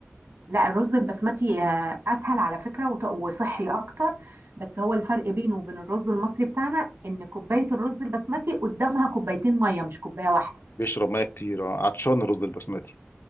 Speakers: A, on the right (about 65°); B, on the left (about 60°).
A: لا الرز البسمتي آه، اسهل على فكره وط- وصحي اكتر بس هو الفرق بينه وبين الرز المصري بتاعنا ان كوبايه الرز البسمتي قدامها كوبايتين ميه مش كوبايه واحده
B: بيشرب مية كتير آه، عطشان الرز البسمتي